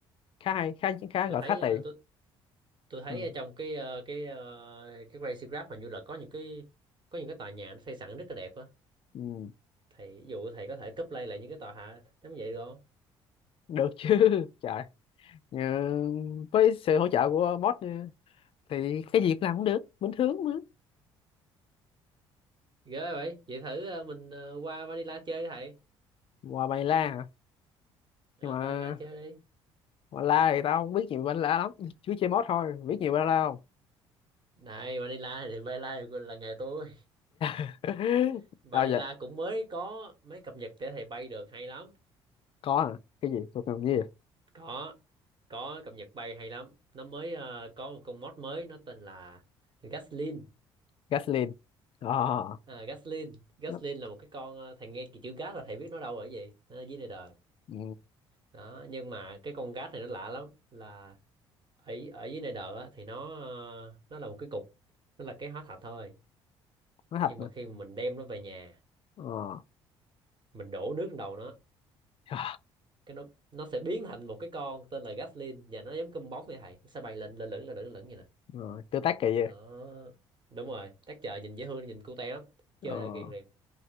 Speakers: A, on the left; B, on the right.
A: khá hay khá khá
B: Tôi
A: gọi
B: thấy
A: khá tiện
B: ờ, tôi tôi thấy
A: ừ.
B: ở trong cái ờ, cái ờ, cái Crazy Graph hình như là có những cái có những cái tòa nhà nó xây sẵn rất là đẹp á.
A: Ừ.
B: Thầy ví dụ thầy có thể copy lại những cái tòa hạ giống vậy được không?
A: được chứ <laughs> trời Ờ, với sự hỗ trợ của bot nha, thì cái gì cũng làm cũng được bình thường mà
B: Ghê vậy. Vậy thử ờ, mình ờ, qua Vanilla chơi đi thầy.
A: ngoài bài la hả
B: Ờ,
A: nhưng mà
B: Vanilla chơi đi.
A: ngoài la thì tao không biết nhiều bài la lắm chú chơi bot thôi biết nhiều bài la không
B: Này Vanilla thì Vanilla là nghề tôi.
A: <laughs>
B: <laughs> Vanilla
A: tao giờ
B: cũng mới có mấy cập nhật để thầy bay được hay lắm.
A: có hả cái gì thuộc ngầm gì
B: có có cập nhật bay hay lắm nó mới ờ, có một con mod mới nó tên là Gaslin
A: gasoline ờ
B: à, Gaslin Gaslin
A: nó-
B: là một cái con ờ, thầy nghe cái chữ gas là thầy biết nó đâu ở gì nó ở dưới này đời
A: ừ.
B: đó nhưng mà cái con gas này nó lạ lắm là ở ở dưới này đời á, thì nó ờ, nó là một cái cục nó là cái hóa thạch thôi
A: nó thật
B: nhưng
A: nè
B: mà khi mà mình đem nó về nhà
A: ờ
B: mình đổ nước lên đầu nó
A: Ờ,
B: cái nó nó sẽ biến thành một cái con tên là Gaslin và nó giống cơm bóng vậy thầy nó sẽ bay lên lên lửng lên lửng lên lửng vậy nè
A: ờ, tương tác kỳ vậy
B: đó đúng rồi tác chợ nhìn dễ thương nhìn cute lắm chơi
A: ờ
B: là ghiền liền